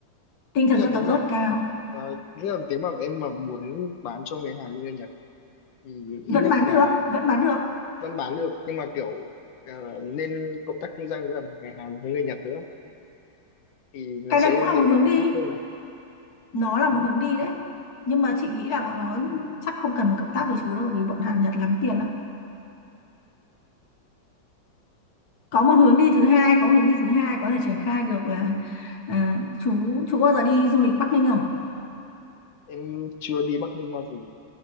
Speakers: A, on the left; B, on the left.
A: tinh thần
B: tức là
A: dân
B: nếu
A: tộc
B: mà
A: rất cao
B: uh, tức là nếu mà em mà muốn bán cho người Hàn người Nhật thì ít
A: vẫn
B: nhất
A: bán
B: là
A: được vẫn bán được
B: vẫn bán được nhưng mà kiểu ờ, nên cộng tác kinh doanh với cả người Hàn với người Nhật nữa thì nó
A: cái
B: sẽ
A: đấy cũng là
B: dễ
A: một hướng
B: có
A: đi
B: khách hơn này
A: nó
B: Ờ
A: là một
B: hả.
A: hướng đi đấy nhưng mà chị nghĩ là bọn nó chắc không cần phải cộng tác với chú đâu vì bọn Hàn Nhật lắm tiền lắm có một hướng đi thứ hai có một hướng đi thứ hai có thể triển khai được là à, chú chú bao giờ đi du lịch Bắc Ninh không
B: em chưa đi Bắc Ninh bao giờ